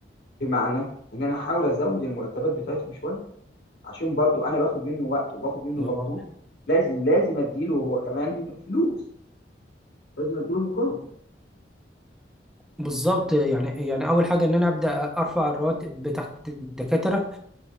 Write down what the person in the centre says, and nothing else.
يعني
بالظبط يعني يعني اول حاجه ان انا ابدا ارفع الرواتب بتاعت الدكاتره